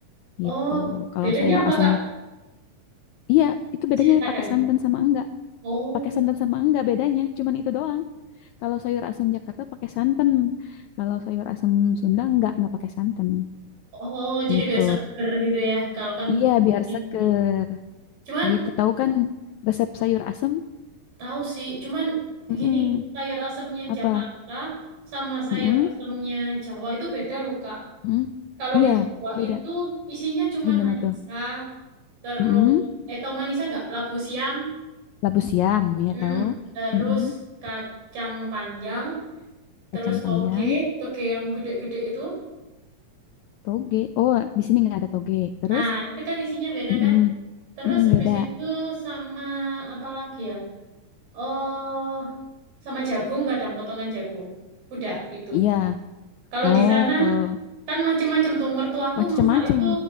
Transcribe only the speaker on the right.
Oh,
bedanya
apa,
Kak?
Ceritakan.
Oh.
Oh, jadi
biar seger gitu ya. Kalau kan
dingin
gitu. Cuman
tahu sih, cuman
gini, sayur asemnya
Jakarta sama sayur
asemnya Jawa itu beda loh, Kak.
Kalau
di Jawa
itu isinya cuman
manisa,
terus
eh tau manisa nggak? Labu siam.
Hmm.
Terus
kacang panjang terus
toge,
toge yang gede-gede itu.
Nah, itu kan isinya beda
kan? Terus
habis
itu sama apa lagi ya? Oh, sama jagung kadang potongan jagung. Udah itu.
Kalau
di sana
kan macem-macem tuh mertuaku
masak itu